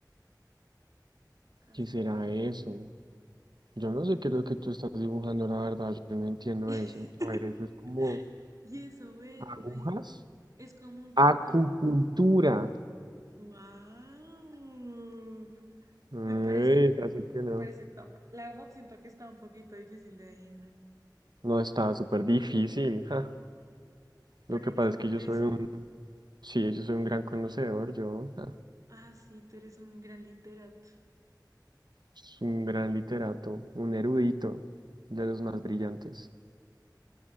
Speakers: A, on the right; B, on the right.
A: Acá
B: ¿Qué
A: está
B: será eso? Yo no sé qué es lo que tú estás dibujando, la verdad, yo no entiendo
A: <laughs>
B: eso. A ver, eso es como
A: Y eso verde
B: agujas.
A: es como un trata.
B: Acupuntura.
A: ¡Wow!
B: Ay,
A: Me parece,
B: casi que
A: me
B: no.
A: parece top. La verdad, siento que está un poquito difícil de adivinar,
B: No, está súper difícil. <laughs> ja.
A: pero
B: Lo que
A: eres
B: pasa
A: muy
B: es que
A: teso.
B: yo soy un, sí, yo soy un gran conocedor, yo, ja,
A: Ah, sí, tú eres un gran literato.
B: soy un gran literato, un erudito de los más brillantes.